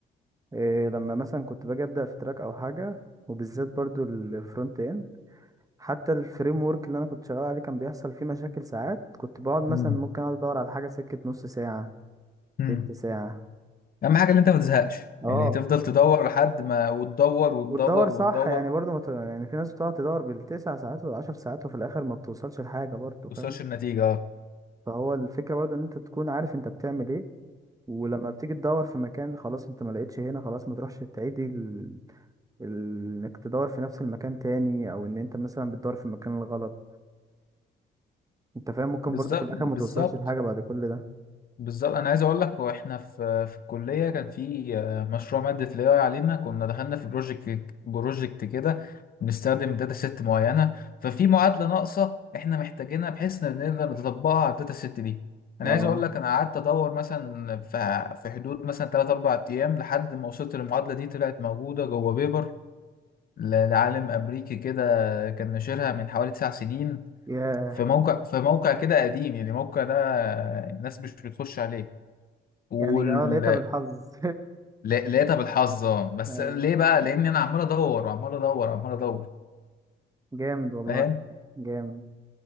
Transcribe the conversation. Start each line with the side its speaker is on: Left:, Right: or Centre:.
Right: إيه لما مثلا كنت باجي ابدا في تراك او حاجه وبالذات برضو الفرونت اند، حتى الفريم ورك اللي انا كنت شغال عليه كان بيحصل فيه مشاكل ساعات كنت بقعد مثلا
Left: مم.
Right: ممكن اقعد ادور على حاجه سكه نص ساعه
Left: مم.
Right: تلت ساعه
Left: أهم حاجة إن أنت ما تزهقش
Right: اه
Left: يعني تفضل تدور لحد ما وتدور وتدور
Right: وتدور صح
Left: وتدور
Right: يعني برضه ما ت... يعني في ناس بتقعد تدور بالتسع ساعات والعشر ساعات وفي الاخر ما بتوصلش لحاجه برضه فاهم
Left: توصلش النتيجة
Right: فهو الفكره برضه ان انت تكون عارف انت بتعمل ايه ولما بتيجي تدور في مكان خلاص انت ما لقيتش هنا خلاص ما تروحش تعيدي ال... ال... انك تدور في نفس المكان تاني او ان انت مثلا بتدور في المكان الغلط انت فاهم ممكن
Left: بالظبط
Right: برضه في الاخر
Left: بالظبط
Right: ما توصلش لحاجه بعد كل ده
Left: بالظبط انا عايز اقول لك واحنا في في الكليه كان في آه، مشروع ماده الاي اي علينا كنا دخلنا في بروجكت بروجكت كده بنستخدم داتا ست معينه ففي معادله ناقصه احنا محتاجينها بحيث ان نقدر نطبقها على الداتا ست دي انا
Right: اه
Left: عايز اقول لك انا قعدت ادور مثلا في في حدود مثلا 3 4 ايام لحد ما وصلت للمعادله دي طلعت موجوده جوه بيبر ل- لعالم امريكي كده كان نشرها من حوالي 9 سنين
Right: ياه
Left: في موقع في موقع كده قديم يعني الموقع ده الناس مش بتخش عليه وال-
Right: يعني اه لقيتها بالحظ
Left: لا- لقيتها بالحظ اه بس
Right: <laughs> ايوه
Left: ليه بقى لان انا عمال ادور وعمال ادور وعمال ادور
Right: جامد والله
Left: فاهم
Right: جامد